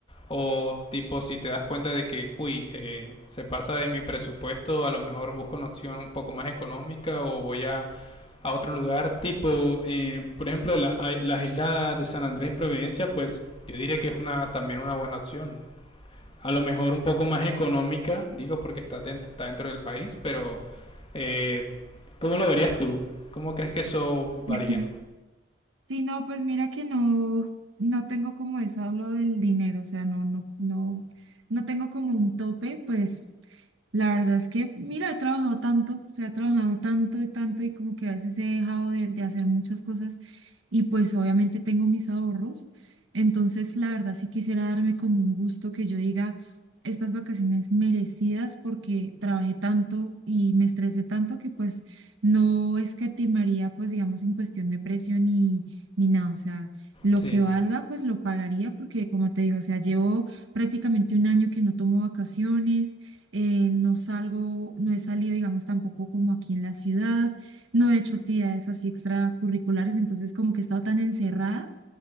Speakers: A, on the left; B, on the right.
A: O tipo, si te das cuenta de que, uy, eh, se pasa de mi presupuesto, a lo mejor busco una opción un poco más económica o voy a, a otro lugar, tipo, eh, por ejemplo, la, a- las islas de San Andrés y Providencia, pues yo diría que es una también una buena opción a lo mejor un poco más económica, digo porque está dentro, está dentro del país, pero eh, ¿cómo lo verías tú? ¿Cómo crees que eso
B: <laughs>
A: varía?
B: Sí, no, pues mira que no, no tengo como eso lo del dinero, o sea, no, no, no, no tengo como un tope, pues la verdad es que, mira, he trabajado tanto, o sea, he trabajado tanto y tanto y como que a veces he dejado de, de hacer muchas cosas y pues obviamente tengo mis ahorros, entonces la verdad sí quisiera darme como un gusto que yo diga estas vacaciones merecidas porque trabajé tanto y me estresé tanto que pues no escatimaría, pues digamos, en cuestión de precio ni ni nada. O sea, lo
A: Sí.
B: que valga, pues lo pagaría porque, como te digo, o sea, llevo prácticamente un año que no tomo vacaciones, eh, no salgo, no he salido, digamos, tampoco como aquí en la ciudad, no he hecho actividades así extracurriculares, entonces como que he estado tan encerrada